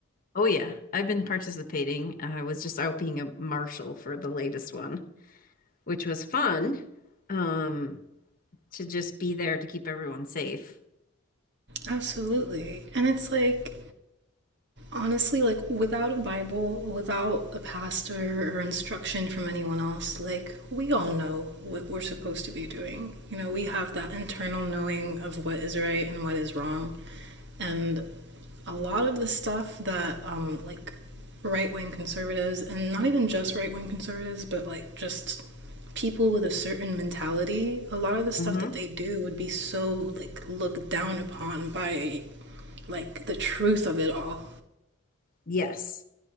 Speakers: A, on the left (about 40°); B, on the right (about 55°).
A: Oh, yeah. I've been participating. I was just out being a marshal for the latest one, which was fun um, to just be there to keep everyone safe.
B: Absolutely. And it's like, honestly like without a bible without a pastor or instruction from anyone else like we all know what we're supposed to be doing you know we have that internal knowing of what is right and what is wrong and a lot of the stuff that um, like right-wing conservatives and not even just right-wing conservatives but like just people with a certain mentality a lot of the stuff
A: hmm
B: that they do would be so like looked down upon by like the truth of it all
A: Yes.